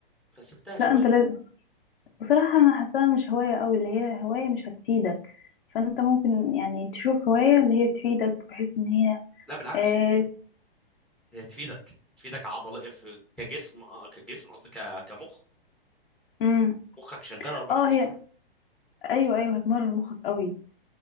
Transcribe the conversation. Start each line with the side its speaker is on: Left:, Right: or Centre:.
Centre: فسبتها شويه
Left: لا أنت لازم بصراحة أنا حاساها مش هواية أوي اللي هي هواية مش هتفيدك فأنت ممكن يعني تشوف هواية اللي هي تفيدك بحيث إن هي
Centre: لا بالعكس
Left: آه،
Centre: هي تفيدك تفيدك عضل في كجسم آه، كجسم قصدي ك- كمخ
Left: امم
Centre: مخك شغال 24
Left: اه هي
Centre: ساعه
Left: ايوه ايوه هتمرن مخك قوي